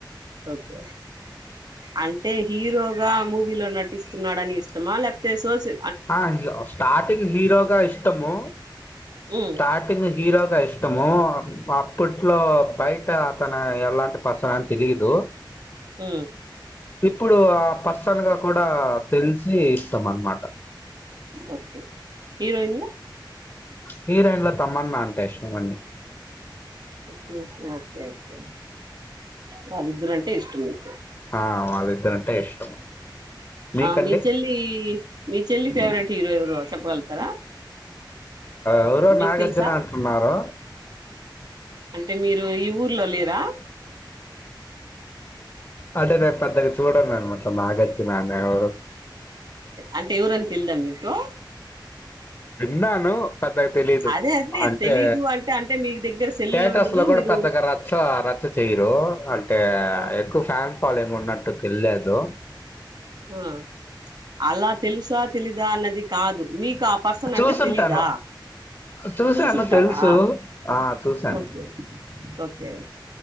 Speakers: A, on the right; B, on the left.
A: ఓకే అంటే హీరోగా మూవీలో నటిస్తున్నాడని ష్టమ లేకపోతే సోసు
B: ఆ స్టార్టింగ్ హీరోగా ఇష్టము
A: ఉమ్
B: స్టార్టింగ్ హీరోగా ఇష్టము అప్ అప్పట్లో బయట అతను ఎలాంటి పర్సనని తెలిదు
A: ఉ
B: ఇప్పుడు ఆ పర్సన్ గా కూడా తెలిసి ఇష్టం అనమాట
A: ఓకే హీరోయిన్లో
B: హీరోయిన్లో తమ్మన్నా అంటే ఇష్టమండి
A: ఉ ఓకే ఒకే వాళ్ళిద్దరంటే ఇష్టం మీకు
B: ఆ వాళ్ళిద్దరంటే ఇష్టం మీకండి
A: ఆ మీ చెల్లి మీ చెల్లి ఫేవరెట్ హీరో ఎవరో చెప్పగలుగుతారా
B: ఎవరో
A: మీకు
B: నాగార్జునంటున్నారు
A: తెలుసా అంటే మీరు ఈ ఊర్లో లేరా
B: అంటే నేను పెద్దగా చూడను అన మాట నాగర్జున అనె వారు
A: అంటే ఎవరని తెల్దా మీకు
B: విన్నాను పెద్దగా తెలీదు
A: అదే అదే
B: అంటే
A: తెలీదు అంటే అంటే మీ దగ్గర సెల్లులు
B: టేటస్
A: ఉండదు
B: లో కూడా
A: మీరు
B: పెద్దగా రచ్చ రచ్చ చెయరు అంటే
A: ఆ
B: ఎక్కువ ఫ్యాన్ ఫాలోవింగ్ ఉన్నట్టు తేలేదు
A: ఆ అలా తెలుసా తెలీదా అన్నది కాదు మీకు క ఆ పర్సన్ అంటే
B: చూసుంటాను
A: తెలీదా
B: చూసాను
A: చూసుంటారా
B: తెలుసు ఆ చూసాను
A: ఓకే ఓకే ఓకే